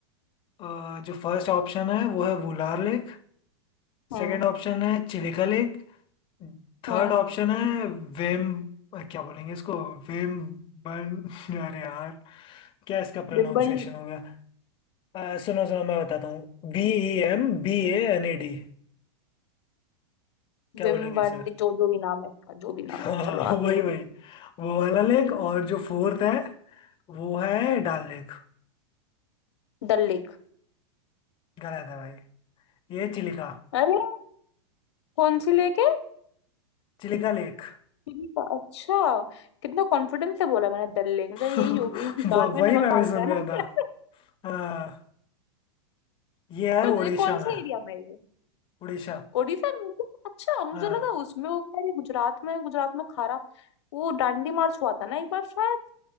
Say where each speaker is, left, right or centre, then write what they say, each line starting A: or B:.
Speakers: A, on the left (about 35°); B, on the left (about 70°).
A: अ, जो फर्स्ट ऑप्शन है वो है वुलार लेक
B: हम्म
A: सेकंड ऑप्शन है चिलिका लेक
B: हम्म
A: थर्ड ऑप्शन है वेम अ, क्या बोलेंगे इसको वेम बन <laughs> अरे यार क्या इसका प्रोनाउंसिएशन
B: विम्बली
A: होगा अ, सुनो सुनो मैं बताता हूँ B E M B A N A D क्या
B: विम्बंडी
A: बोलेंगे इसे <laughs>
B: जो जो भी नाम है इसका जो भी
A: हाँ
B: नाम है चलो आगे
A: वही
B: बढ़ो
A: वही वो वाला लेक
B: हम्म।
A: और जो फोर्थ है वो है डाल लेक
B: डल लेक
A: गलत है भाई ये चिलिका
B: अरे कौन सी लेक है
A: चिलिका लेक
B: चिली का अच्छा कितना कॉन्फिडेंस से बोला मैंने दल लेक मुझे यही
A: <laughs>
B: होगी <laughs> दाल
A: वो
B: में
A: वही
B: नमक
A: मैं
B: डालते
A: भी सुन
B: हैं ना
A: रहा था
B: <laughs>
A: हाँ ये है
B: पर
A: उड़ीसा
B: ये कौन
A: में
B: से एरिया में है ये
A: उड़ीसा
B: ओडिशा में तो अच्छा मुझे
A: हाँ
B: लगा उसमें हो गया ये गुजरात में गुजरात में खारा वो डांडी मार्च हुआ था ना एक बार शायद